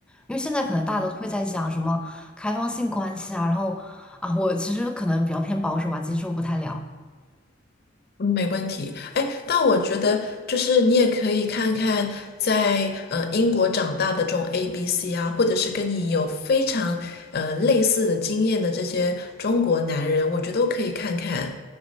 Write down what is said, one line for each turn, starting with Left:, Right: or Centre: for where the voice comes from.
Centre: 因为现在可能大家都会在讲什么开放性关系啊，然后啊，我其实可能比较偏保守吧，接受不太了。
Left: 嗯没问题。哎，但我觉得就是你也可以看看在呃英国长大的这种 ABC 啊，或者是跟你有非常呃类似的经验的这些中国男人，我觉得都可以看看。